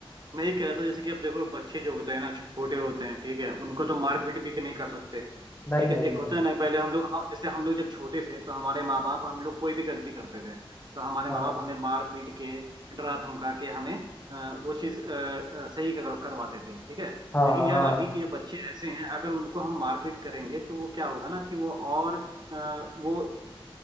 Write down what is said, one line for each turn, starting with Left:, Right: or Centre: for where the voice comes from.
Right: मैं ये कह रहा था जैसे कि अब देखो बच्चे जो होते हैं ना छोटे होते हैं ठीक है उनको तो मारपीट भी नहीं कर सकते
Left: नहीं
Right: ठीक
Left: नहीं
Right: है एक
Left: नहीं
Right: होता है ना पहले हम लोग हाँ, जैसे हम लोग जब छोटे थे तो हमारे माँ बाप हम लोग कोई भी गलती करते थे तो हमारे
Left: हाँ
Right: माँ बाप हमें मार पीट के डरा धमका के हमें अ, वो चीज़ अ, अ, सही कर, करवाते थे ठीक है
Left: हाँ
Right: लेकिन यार
Left: हाँ
Right: अभी के ये बच्चे ऐसे हैं अगर उनको हम मारपीट करेंगे तो वो क्या होगा ना कि वो और अ, वो